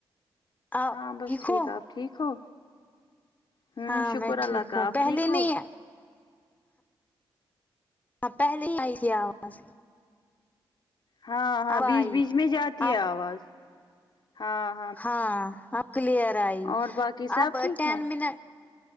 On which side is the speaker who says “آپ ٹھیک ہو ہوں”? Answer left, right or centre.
Left